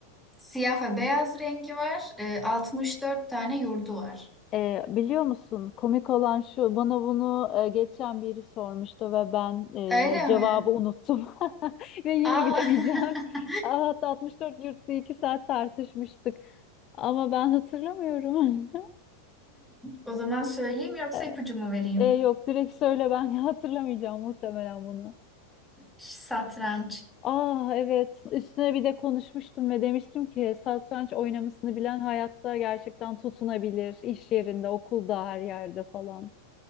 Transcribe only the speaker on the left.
Ee, biliyor musun komik olan şu bana bunu e, geçen biri sormuştu ve ben
e, cevabı
unuttum <laughs> ve yine
bilemeyeceğim.
Aa, Hatta 64 yurtta 2 saat tartışmıştık ama ben hatırlamıyorum. <laughs>
Ee,
e, yok direkt söyle ben <laughs> hatırlamayacağım muhtemelen bunu.
Ah evet üstüne bir de konuşmuştum ve demiştim ki satranç oynamasını bilen hayatta gerçekten tutunabilir iş yerinde okulda her yerde falan